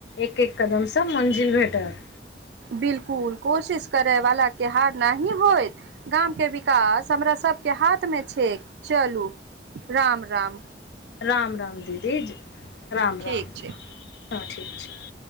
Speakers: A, on the left; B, on the right.
A: एक एक कदमसँ मंजिल भेटत।
B: बिलकुल कोशिश करैवलाके हार नहि होइत। गाम के विकास हमरा सबके हाथ मे छैय, चलू राम-राम।
A: राम राम दीदी राम राम,
B: ठीक छै
A: हँ ठीक छैय।